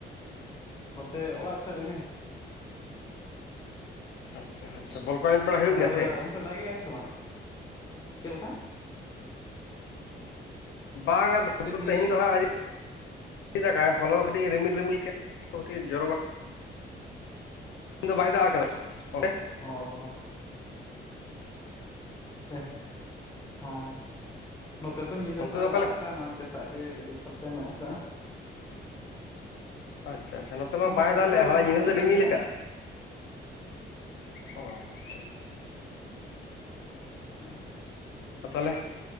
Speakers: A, on the left; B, on the left.
A: ᱱᱚᱛᱮ ᱚᱲᱟᱜ ᱥᱮᱫ ᱨᱮᱜᱮ᱾
B: ᱟᱪᱪᱷᱟ ᱟᱪᱪᱷᱟ, ᱵᱚᱞ ᱠᱚ ᱮᱱᱮᱡ ᱵᱟᱲᱟ ᱦᱩᱭᱩᱜ
A: ᱟᱨ
B: ᱜᱮᱭᱟ ᱥᱮ
A: ᱚᱱᱛᱮ ᱫᱟᱜᱮᱜ-ᱟᱭ ᱥᱮ ᱵᱟᱝᱟ? ᱪᱮᱫ ᱞᱮᱠᱟ?
B: ᱵᱟᱝᱟ
A: ᱪᱮᱫ
B: ᱫᱚ
A: ᱵᱤᱱ
B: ᱛᱮᱦᱮᱧ
A: ᱞᱟᱹᱭᱮᱜᱼᱟ
B: ᱫᱚ ᱦᱟᱸᱜ ᱟᱨᱤ ᱟᱣᱨᱤ ᱫᱟᱜᱟ ᱦᱚᱞᱟ ᱫᱚ ᱠᱟᱹᱴᱤᱡ ᱮ ᱨᱤᱢᱤᱞ ᱨᱤᱢᱤᱞ ᱠᱮᱫ ᱱᱤᱛᱚᱜ ᱠᱷᱟᱹᱴᱤᱡ ᱮ ᱡᱚᱨᱚ ᱵᱟ ᱤᱧ ᱫᱚ ᱵᱟᱭ ᱫᱟᱜ ᱟᱠᱟᱫᱟ, ᱚᱸᱰᱮ?
A: ᱚᱻ ᱛᱮ ᱦᱚᱸ ᱱᱚᱛᱮ ᱫᱚ ᱧᱤᱫᱟᱹ
B: ᱚᱱᱛᱮ
A: ᱥᱟᱨᱟᱭ
B: ᱫᱚ ᱚᱠᱟᱞᱮᱠᱟ
A: ᱫᱟᱜ ᱟᱠᱟᱫ ᱱᱚᱜ-ᱚᱭ ᱪᱮᱛ ᱚᱱᱠᱟ ᱜᱮ ᱠᱟᱹᱴᱤᱡ ᱠᱷᱚᱨᱪᱟ ᱱᱚᱜ ᱠᱟᱫᱼᱟ
B: ᱟᱪᱪᱷᱟ ᱟᱪᱷᱟ ᱱᱚᱛᱮᱢᱟ
A: ᱱᱚᱛᱮ
B: ᱵᱟᱭ ᱫᱟᱞᱟᱜ
A: ᱫᱚ
B: ᱞᱮᱫᱼᱟ
A: ᱟᱹᱰᱤ
B: ᱦᱚᱞᱟ
A: ᱵᱟᱝ
B: ᱧᱤᱫᱟᱹ
A: ᱴᱷᱤᱠᱮ
B: ᱫᱚ
A: ᱫᱟᱜᱮᱜᱼᱟ
B: ᱨᱤᱢᱤᱞ ᱠᱟᱜᱼᱟᱭ ᱚ ᱴᱷᱤᱠ
A: <unintelligible>
B: ᱟ ᱛᱟᱞᱮ